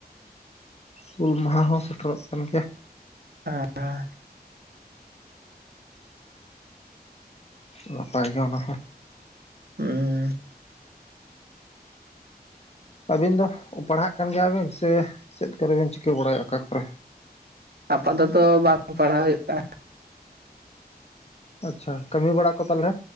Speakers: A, on the left; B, on the right.
A: ᱦᱩᱞ ᱢᱟᱦᱟ ᱦᱚᱸ ᱥᱮᱴᱮᱨᱚᱜ ᱠᱟᱱ ᱜᱮᱭᱟ
B: ᱟᱨ <unintelligible>
A: ᱱᱟᱯᱟᱭ ᱜᱮ ᱚᱱᱟ ᱦᱚᱸ
B: ᱦᱩᱸ
A: ᱟᱹᱵᱤᱱ ᱫᱚ ᱯᱟᱲᱦᱟᱜ ᱠᱟᱱ ᱜᱮᱭᱟᱵᱤᱱ ᱥᱮ ᱪᱮᱫ ᱠᱚᱨᱮ ᱵᱮᱱ ᱪᱤᱠᱟᱹ ᱵᱟᱲᱟᱭᱟ ᱚᱠᱟ ᱠᱚᱨᱮ
B: ᱟᱯᱟ ᱛᱚᱛᱚ ᱵᱟᱝ ᱯᱟᱲᱦᱟᱣ ᱦᱩᱭᱩᱜ ᱠᱟᱱᱟ
A: ᱟᱪᱪᱷᱟ ᱠᱟᱹᱢᱤ ᱵᱟᱲᱟ ᱠᱚ ᱛᱟᱦᱚᱞᱮ